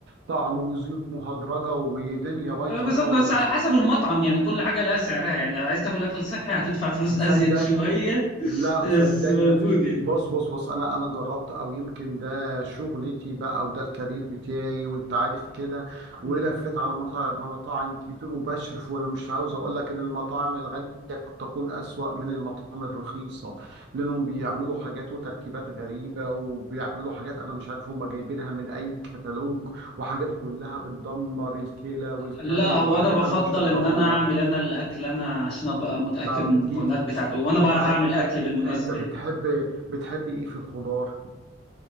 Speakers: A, on the right; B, on the left.
A: طعم وزيوت مهدرجه ودنيا بايظه
B: آه، بالظبط
A: خالص
B: بس على حسب المطعم يعني كل حاجة لها سعرها يعني عايز تاكل أكل صحي هتدفع فلوس أزيد
A: صدقني
B: شوية
A: لا
B: <laughs> بس
A: صدقني
B: موجود
A: ما فيش
B: يعني
A: بص بص بص انا انا جربت او يمكن ده شغلتي بقى وده الكارير بتاعي وانت عارف كده
B: مم.
A: ولفيت على مطاعم مطاعم كتير وبشرف وانا مش عاوز اقول لك ان المطاعم الغاليه قد تكون اسوأ من المطاعم الرخيصه لانهم بيعملوا حاجات وتركيبات غريبه وبيعملوا حاجات انا مش عارف هم جايبينها من اي كتالوج وحاجات كلها بتدمر الكلى والكبد
B: لا هو
A: وحاجات
B: أنا بفضل
A: انا مش قادر
B: إن
A: اقول
B: أنا أعمل
A: لك
B: أنا الأكل أنا عشان أبقى متأكد
A: طب
B: من المكونات
A: جيت
B: بتاعته وأنا
A: حبيبي
B: بعرف
A: ع-
B: أعمل أكل
A: ع-
B: بالمناسبة
A: انت بتحب
B: يعني
A: بتحب ايه في الخضار